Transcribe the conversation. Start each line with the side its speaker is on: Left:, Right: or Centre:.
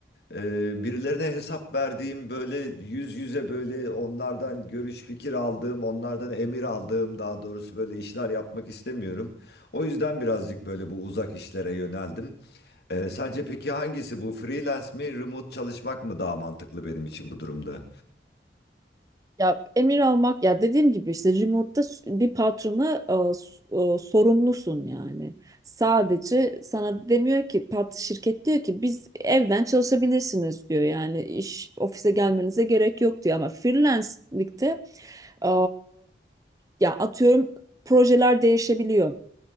Left: ee, birilerine hesap verdiğim böyle yüz yüze böyle onlardan görüş fikir aldığım, onlardan emir aldığım daha doğrusu böyle işler yapmak istemiyorum. O yüzden birazcık böyle bu uzak işlere yöneldim. Ee, sence peki hangisi bu freelance mi, remote çalışmak mı daha mantıklı benim için bu durumda?
Right: Ya emir almak ya dediğim gibi işte remote'da s- bir patrona e, s- e, sorumlusun yani. Sadece sana demiyor ki pat şirket diyor ki biz evden çalışabilirsiniz diyor. Yani iş ofise gelmenize gerek yok diyor ama freelance'likte e, ya atıyorum projeler değişebiliyor.